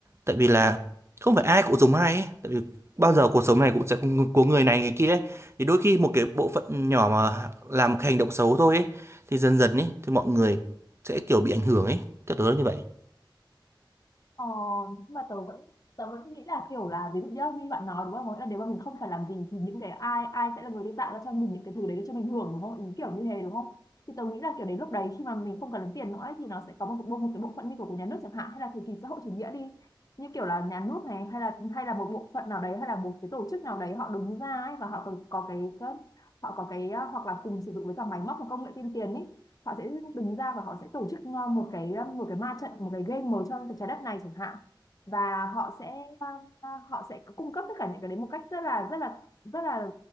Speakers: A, on the right (about 30°); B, on the left (about 45°).
A: tại vì là không phải ai cũng giống ai ấy. tại vì bao giờ cuộc sống này cũng sẽ có ng- có người này người kia ấy. thì đôi khi một cái bộ phận nhỏ mà làm một cái hành động xấu thôi ấy, thì dần dần ấy thì mọi người sẽ kiểu bị ảnh hưởng ấy theo tớ là như vậy
B: Ờ, nhưng mà tớ vẫn tớ vẫn nghĩ là kiểu là ví dụ nhá như bạn nói đúng không là nếu mà mình không phải làm gì thì những cái ai ai sẽ là người đi tạo ra cho mình những cái thứ đấy để cho mình hưởng đúng không ý kiểu như thế đúng không thì tớ nghĩ là kiểu đến lúc đấy khi mà mình không cần đến tiền nữa ấy, thì nó sẽ có một bộ một cái bộ phận như kiểu của nhà nước chẳng hạn hay là thời kỳ xã hội chủ nghĩa đi như kiểu là nhà nước này hay là hay là một bộ phận nào đấy hay là một cái tổ chức nào đấy họ đứng ra ấy và họ có, có cái có- họ có cái à, hoặc là cùng sử dụng với cả máy móc và công nghệ tiên tiến ý họ sẽ đứng ra và họ sẽ tổ chức ờ, một cái ờ, một cái ma trận một cái game màu cho trái đất này chẳng hạn và họ sẽ ờ, ờ, họ sẽ cung cấp tất cả những cái đấy một cách rất là rất là rất là